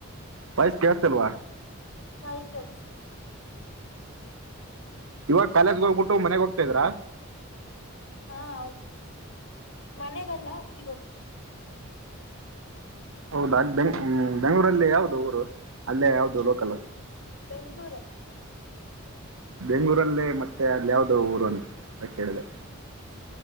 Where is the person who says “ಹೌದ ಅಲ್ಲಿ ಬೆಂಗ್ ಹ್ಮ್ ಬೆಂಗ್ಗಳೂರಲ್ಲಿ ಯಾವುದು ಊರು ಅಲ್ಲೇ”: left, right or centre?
Right